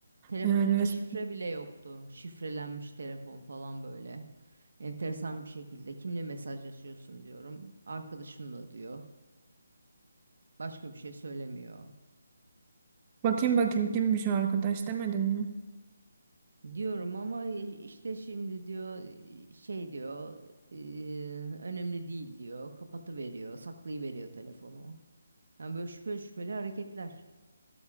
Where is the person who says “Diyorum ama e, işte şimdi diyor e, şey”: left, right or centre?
Right